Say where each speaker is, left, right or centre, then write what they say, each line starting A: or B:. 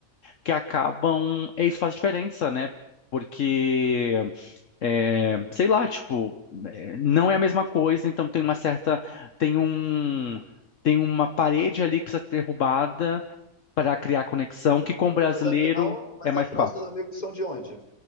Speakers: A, on the left; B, on the left.
A: que acabam, é isso faz diferença, né? Porque é, sei lá, tipo, é, não é a mesma coisa, então tem uma certa, tem um, tem uma parede ali que precisa ser derrubada para criar conexão, que com o brasileiro
B: Mas afinal, mas
A: é mais
B: afinal
A: fácil.
B: seus amigos são de onde?